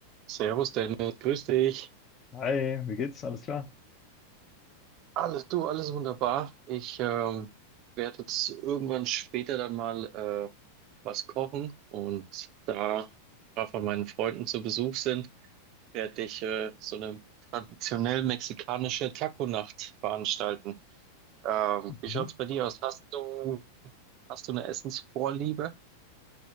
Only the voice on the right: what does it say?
Servus Dennis, grüß dich.
Alles, du, alles wunderbar. Ich ähm, werde jetzt irgendwann später dann mal äh, was kochen und da ein paar von meinen Freunden zu Besuch sind, werde ich äh, so eine traditionell mexikanische Taco-Nacht veranstalten. Ähm, wie
schaut's bei dir aus? Hast du, hast du eine Essensvorliebe?